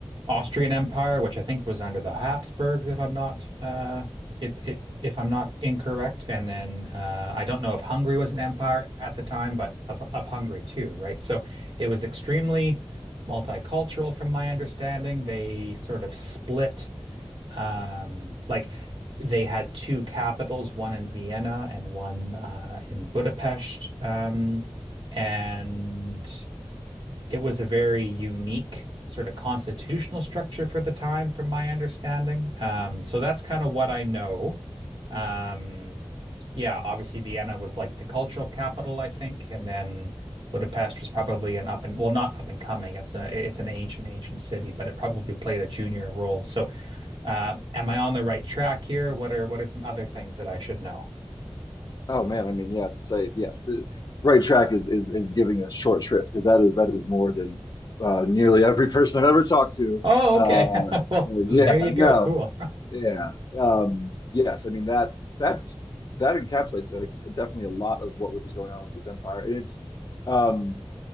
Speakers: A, on the right; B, on the left.
A: Austrian Empire, which I think was under the Habsburgs, if I'm not uh, if if if I'm not incorrect. And then uh, I don't know if Hungary was an empire at the time, but of of Hungary too, right? So it was extremely multicultural, from my understanding. They sort of split, um, like they had two capitals, one in Vienna and one uh, in Budapest, um, and it was a very unique sort of constitutional structure for the time, from my understanding. Um, so that's kind of what I know. Um, yeah, obviously Vienna was like the cultural capital, I think, and then Budapest was probably an up and well, not up and coming. It's a it's an ancient, ancient city, but it probably played a junior role. So, uh, am I on the right track here? What are what are some other things that I should know?
B: Oh man, I mean, yeah, to say yes, to- right track is is is giving us short shrift because that is that is more than uh, nearly every person I've ever talked to.
A: Oh,
B: Uh,
A: okay. <laughs> Well, there
B: yeah,
A: you go.
B: <laughs> no,
A: Cool. <laughs>
B: yeah, um, yes. I mean that that's that encapsulates like definitely a lot of what was going on with this empire, and it's um,